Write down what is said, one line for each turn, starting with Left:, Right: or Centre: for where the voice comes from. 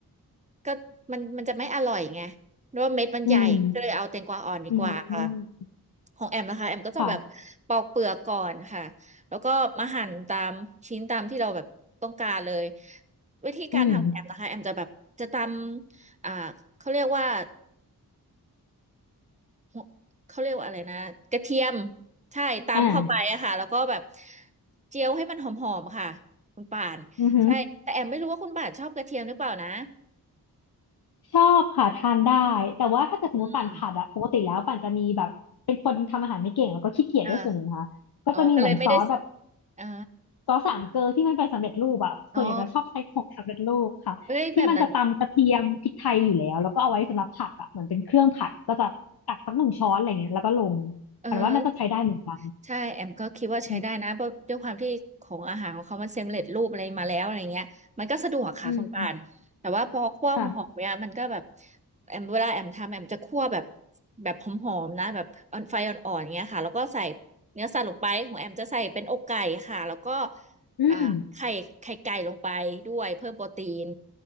Right: ก็มันมันจะไม่อร่อยไงเพราะว่าเม็ดมันใหญ่ก็เลยเอาแตงกวาอ่อนดีกว่าค่ะ
Left: อืมอืม
Right: ของแอมนะคะแอมก็จะแบบปอกเปลือกก่อนค่ะแล้วก็มาหั่นตามชิ้นตามที่เราแบบต้องการเลย
Left: ค่ะ
Right: วิธีการทำของแอมนะคะแอมจะแบบจะตำอ่าเขาเรียกว่า
Left: อืม
Right: หัวเขาเรียกว่าอะไรนะกระเทียมใช่ตำเข้าไปอะค่ะแล้วก็แบบ
Left: อ่า
Right: เจียวให้มันหอมๆค่ะคุณป่านใช่แต่แอมไม่รู้ว่าคุณป่านชอบกระเทียมหรือเปล่านะ
Left: อือหือชอบค่ะทานได้ แต่ว่าถ้าเกิดสมมติปั่นผัดอะปกติแล้วปั่นจะมีแบบเป็นคนทำอาหารไม่เก่งแล้วก็ขี้เกียจด้วยส่วนหนึ่งนะค่ะก็จะมีเหมือนซอสแบบ
Right: อืมเอออ๋อก็เลยไม่ได้อ่า
Left: ซอสสามเกลอที่มันเป็นสำเร็จรูปอะส่วนใหญ่จะชอบใช้ของสำเร็จรูปค่ะที่มันจะตำกระเทียมพริกไทยอยู่แล้วแล้วก็เอาไว้สำหรับผัดอะเหมือนเป็นเครื่องผัดก็จะตักสักหนึ่งช้อนอะไรเงี้ยแล้วก็ลง
Right: อ๋อเอ้ยแบบนั้นเออ
Left: ปันว่าน่าจะใช้ได้เหมือนกัน
Right: ใช่แอมก็คิดว่าใช้ได้นะเพราะด้วยความที่ของอาหารของเขามันเซมเล็ตรูปอะไรมาแล้วอะไรเงี้ยมันก็สะดวกค่ะคุณปานแต่ว่าพอคั่วหอมเนี่ยมันก็แบบ
Left: อืมอืมค่ะ
Right: แอมเวลาแอมทำแอมจะคั่วแบบแบบหอมๆนะแบบออนไฟอ่อนๆเงี้ยค่ะแล้วก็ใส่เนื้อสัตว์ลงไปของแอมจะใส่เป็นอกไก่ค่ะแล้วก็
Left: อืม
Right: อ่าไข่ไข่ไก่ลงไปด้วยเพิ่มโปรตีน